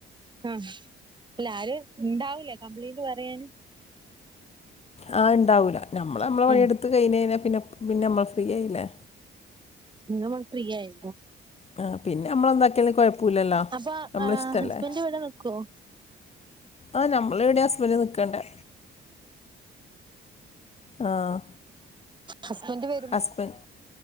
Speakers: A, on the right; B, on the left.
A: അഹ് അല്ല ആര് ഇണ്ടാവൂല്ല കംപ്ലയ്ന്റ് പറയാൻ
B: ആഹ് ഇണ്ടാവൂല നമ്മള് നമ്മളെ പണിയെടുത്ത്
A: ഉം
B: കഴിഞ്ഞഴിഞ്ഞാ പിന്നെ പിന്നെ അമ്മള് ഫ്രീ ആയില്ലേ.
A: പിന്നെ അമ്മള് ഫ്രീ ആയിരിക്കും
B: ആഹ് പിന്നെ നമ്മളെന്താക്കിയാലും കൊഴപ്പൂല്ലല്ലോ
A: അപ്പൊ
B: നമ്മളിഷ്ടല്ലേ
A: ആഹ് ഹസ്ബൻഡ് ഇവിടെ നിക്കുവോ
B: ആഹ് നമ്മളവിടെയാ ഹസ്ബന്റ് നിക്കണ്ടേ ആഹ്
A: ഹസ്ബന്റ് വെ
B: ഹസ്ബന്റ്